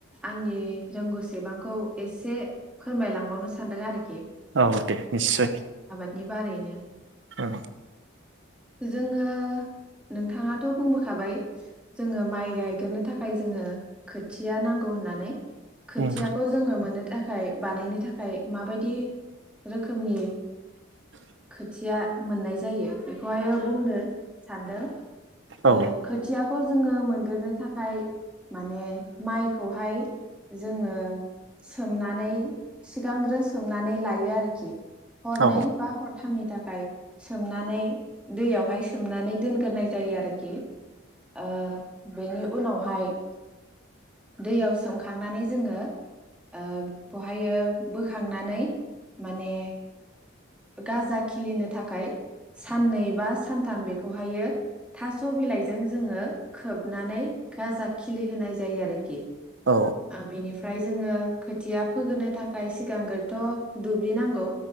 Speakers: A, in the centre; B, on the right.
A: आंनि रोंगौसेबांखौ एसे फोरमायलांबावनो सानदों आरो
B: औ दे निस्सय
A: नि बारैनो
B: ओ
A: जोङो नोंथाङाथ' बुंबोखाबाय जोङो माइ गायगोरनो था खाय जोङो खोथिया नांगौ होननानै। खोथियाखौ
B: उम
A: जोङो मोनो थाखाय बानायनो थाखाय माबायदि रोखोमनि खोथिया मोननाय जायो बेखौहायो बुंनो सानदों
B: औ
A: ओ खोथियाखौ जोङो मोनगोरनो थाखाय माने माइखौहाय जोङो सोमनानै सिगांग्रो सोमनानै लायो आरोखि हरनै
B: औ
A: बा हरथामनि था आइ सोमनानै दैयावहाय सोमनानै दोनग्रोनाय जायो आरोखि ओ बेनि उनावहाय दैयाव सोमखांनानै जोङो ओ बहायो बोखांनानै माने गाजा खिलिनो थाखाय साननै बा सानथाम बेखौहायो थास' बिलाइजों जोङो खोबनानै गाजा खिलि होनाय जायो आरोखि
B: औ
A: ओ बेनिफ्राय जोङो खोथिया फोगोनो थाखाय सिगांग्रोथ' दुब्लि नांगौ